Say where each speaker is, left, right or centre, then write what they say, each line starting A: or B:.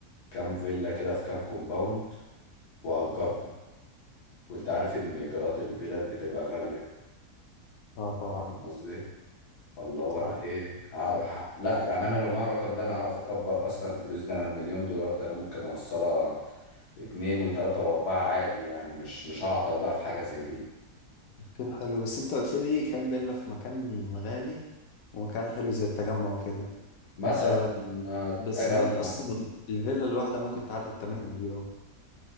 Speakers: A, on the left; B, on the left.
A: كام فيلا كده في كام كومباوند واجرهم وانت عارف ان ايجارات الفيلل بتبقى غاليه
B: اه طبعا
A: فاهم قصدي إيه؟ فاللي هو
B: صح
A: انا ايه هعرف ه- لا يعني انا لو معايا الرقم ده انا هعرف اكبر اصلا الفلوس دي انا المليون دولار ده انا ممكن اوصلها اتنين وتلاته واربعه عادي يعني مش مش هعطل بقى في حاجه زي دي
B: تفكير حلو بس انت قلت لي كام فيلا في مكان غالي ومكان حلو زي التجمع وكده
A: مثلا
B: آه،
A: آه،
B: بس
A: تجمع
B: هناك اصلا الفيلا الواحده ممكن تعدي ال 8 مليون